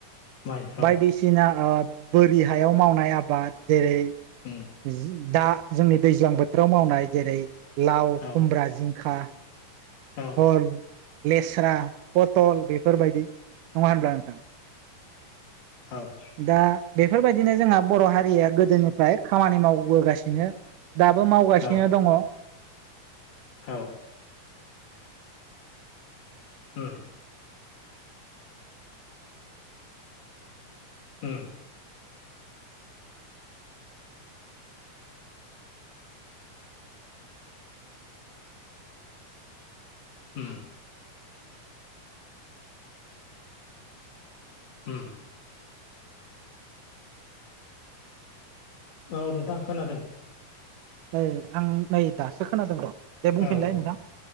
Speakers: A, on the left; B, on the right.
A: माइ औ
B: बायदिसिना ओ बोरि हायाव मावनाय आबाद जेरै
A: उम
B: जि दा जोंनि दैज्लां बोथोराव मावनाय जेरै लाव
A: औ
B: खुमब्रा जिंखा
A: औ
B: फल लेस्रा पथल बेफोरबायदि नङा होनब्ला नोंथां
A: औ
B: दा बेफोरबायदिनो जोंहा बर' हारिया गोदोनि फ्राय खामानि मावबोगासिनो दाबो मावगासिनो
A: औ
B: दङ
A: औ ओम ओम ओम उम औ नोंथां खोनादों
B: ओइ आं नै दासो खोनादों र' दे बुंफिनलाय
A: औ औ ओ
B: नोंथां